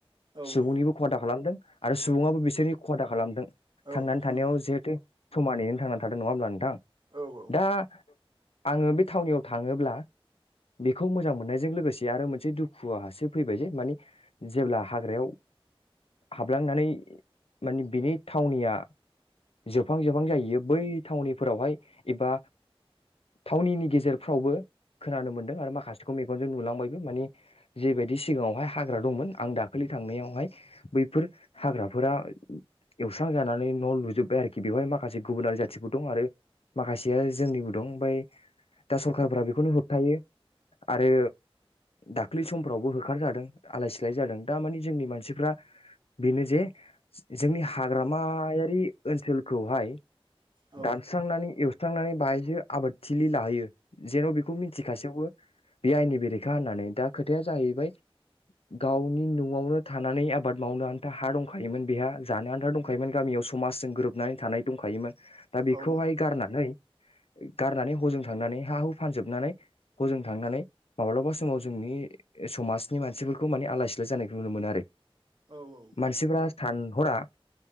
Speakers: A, on the right; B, on the left.
A: औ
B: सुबुंनिबो
A: औ
B: खहा दा खालामथों आरो सुबुङाबो बिसोरनि खहा दा खालामथों
A: औ
B: थांनानै
A: नोंथां
B: थानायाव जिहेथु समानैनो थांना थाथों नङा होनोमब्ला नोंथां?
A: औ औ
B: दा आङो बे थावनियाव थाङोब्ला बेखौ मोजां मोननायजों लोगोसे आरो मोनसे दुखुआासो फैबाय जे मानि जेब्ला हाग्रायाव, हाबलांनानै माने बिनि थावनिया जोबहां जोबहां जाहैयो बै थावनिफोरावहाय एबा थावनिनि गेजेरफ्रावबो खोनानो मोनदों आरो माखासे बिखौ मेगनजों नुलांबायबो माने जेबायदि सिगाङावहाय हाग्रा दंमोन आं दाखालि थांनायावहाय, बैफोर हाग्राफोरा एवस्रां जानानै न' लुजोब्बाय आरोखि बेवहाय मा, माखासे गुबुनारि जाथिफोर दं आरो माखासेया जोंनिबो दं ओमफ्राय दा सरखारफोरा बेखौनो होबथायो आरो दाखलि समफ्रावबो होखारजादों आलाय सिलाय जादों दा माने जोंनि मानसिफ्रा, बेनो जे जोंनि हाग्रामायारि ओनसोलखौहाय,
A: औ
B: दानस्रांनानै एव स्रांनानै बाहायजो आबादथिलि लाहोयो, जेन' बेखौ मिन्थिखासेयावबो बे आयेननि बेरेखा होननानै दा खोथाया जाहैबाय गावनि न'आवनो थानानै आब बाद मावनो आन्था हा दंखायोमोन बेहा जानो आन्था दंखायोमोन गामियाव समाजजों गोरोबनानै थानाय दंखायोमोन, दा बेखौहाय
A: औ
B: गारनानै, गारनानै हजों थांनानै हा हु फानजोबनानै हजों थांनानै माब्लाबा समाव जोंनि समाजनि मानसिफोरखौ माने आलाय सिलाय जानायखौ नुनो मोनो आरो
A: औ औ
B: मानसिफ्रा सानहरा